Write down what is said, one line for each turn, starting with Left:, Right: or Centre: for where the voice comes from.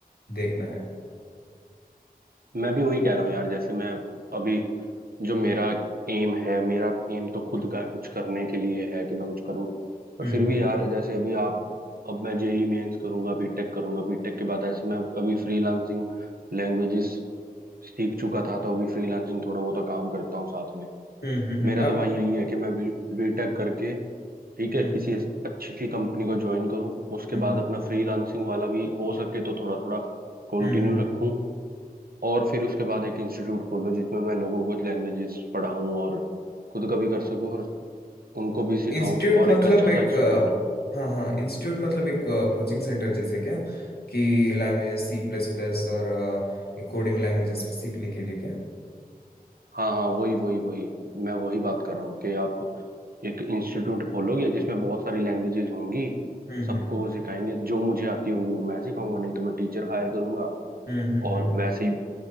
Left: देखना है
Right: मैं भी वही कह रहा हूँ यार जैसे मैं अभी जो मेरा एम है मेरा एम तो खुद का कुछ करने के लिए है कि मैं कुछ करूँ पर
Left: हम्म
Right: फिर भी यार जैसे अभी आप अब मैं जेई मेंस करूंगा बीटेक करूंगा बीटेक के बाद ऐसे मैं अभी फ्रीलांसिंग लैंग्वेजेस सीख चुका था तो अभी फ्रीलांसिंग थोड़ा बहुत काम करता हूँ साथ में
Left: हम्म हम्म हम्म,
Right: मेरा
Left: आप
Right: तो भाई यही है कि मैं बी बीटेक करके ठीक
Left: हम्म
Right: है किसी
Left: हम्म
Right: अस- अच्छी सी कंपनी को ज्वाइन करूँ उसके
Left: हम्म
Right: बाद अपना फ्रीलांसिंग वाला भी हो सके तो थोड़ा थोड़ा कंटिन्यू
Left: हम्म हम्म हम्म।
Right: रखूँ और फिर उसके बाद एक इंस्टीट्यूट खोलूँ जिसमें मैं लोगों को लैंग्वेजेस पढ़ाऊँ और खुद का भी कर सकूँ और उनको भी सिखाऊँ
Left: इंस्टीट्यूट
Right: और
Left: मतलब
Right: एक अच्छा
Left: एक
Right: सा इंस्टीट्यूट
Left: अ, हाँ हाँ इंस्टीट्यूट मतलब एक कोचिंग सेंटर जैसे क्या कि लैंग्वेजेस सी प्लस प्लस और कोडिंग लैंग्वेजेस सीखने के लिए क्या
Right: हाँ हाँ वही वही वही मैं वही बात कर रहा हूँ कि आप एक इंस्टीट्यूट खोलोगे जिसमें बहुत सारी लैंग्वेजेस होंगी
Left: हम्म
Right: सबको
Left: हम्म
Right: वो सिखाएंगे जो मुझे आती होंगी वो मैं सिखाऊंगा नहीं तो मैं टीचर हायर करूंगा
Left: हम्म हम्म
Right: और
Left: हम्म
Right: वैसे ही